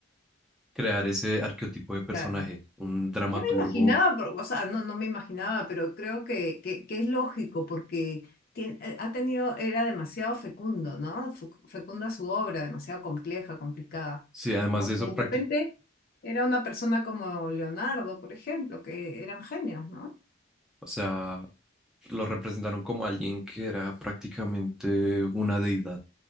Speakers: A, in the centre; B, on the left (about 50°).
A: crear ese arquetipo de personaje,
B: claro.
A: un dramaturgo.
B: Ya me imaginaba, pero, o sea, no, no me imaginaba, pero creo que, que, que es lógico porque tien- eh, ha tenido, era demasiado fecundo, ¿no? Fu- Fecunda su obra, demasiado compleja, complicada.
A: Sí, además
B: Aunque
A: de eso,
B: de
A: práctico.
B: repente era una persona como Leonardo, por ejemplo, que eran genios, ¿no?
A: O sea, lo representaron como alguien que era prácticamente una deidad,